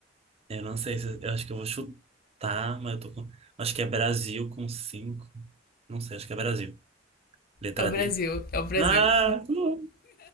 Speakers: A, on the right; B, on the left.
A: Eu não sei se eu acho que eu vou chutar, mas eu tô com. Acho que é Brasil com cinco. Não sei, acho que é Brasil. Letra
B: É o Brasil,
A: D.
B: é o Brasil.
A: Ah, pô.